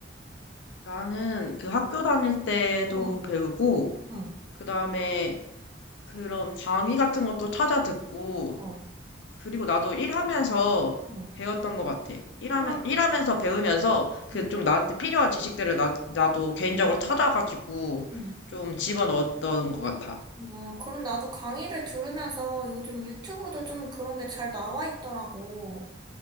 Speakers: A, on the left; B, on the right.
A: 나는 그 학교 다닐 때도
B: 응,
A: 배우고,
B: 응,
A: 그 다음에 그런 강의 같은 것도 찾아 듣고,
B: 어,
A: 그리고 나도 일하면서
B: 응.
A: 배웠던 것 같아. 일하면,
B: 그럼,
A: 일하면서 배우면서 그
B: 응.
A: 좀 나한테 필요한 지식들을 나, 나도 개인적으로
B: 아,
A: 찾아가지고
B: 응.
A: 좀 집어넣었던 것 같아.
B: 아, 그럼 나도 강의를 들으면서 요즘 유튜브도 좀 그런 게 잘 나와 있더라고.